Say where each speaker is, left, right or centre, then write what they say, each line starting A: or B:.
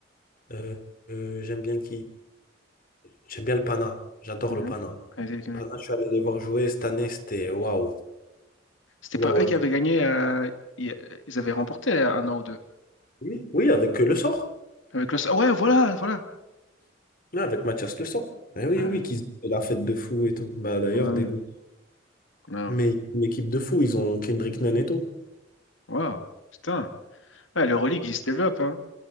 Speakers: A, on the left; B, on the left.
A: Euh, euh, j'aime bien qui? J'aime bien le Pana. J'adore
B: Mhm.
A: le Pana.
B: Ouais, c'est-
A: Pana, je suis allé les voir jouer cette année, c'était waouh.
B: C'était
A: Waouh,
B: pas eux
A: ouais.
B: qui avaient gagné, euh, i- ils avaient remporté un an ou deux.
A: Oui, oui, avec euh, Le Sort.
B: Avec le... Ouais, voilà, voilà.
A: Oui, avec Mathias Le Sort. Eh oui,
B: Ah,
A: oui, qu'ils ont fait la fête de fou et tout. Bah, d'ailleurs,
B: hum,
A: dégoût.
B: non.
A: Mais une équipe de fou, ils ont Kendrick Nunn et tout.
B: Wow, putain. Ouais, l'Euroleague, il se développe, hein.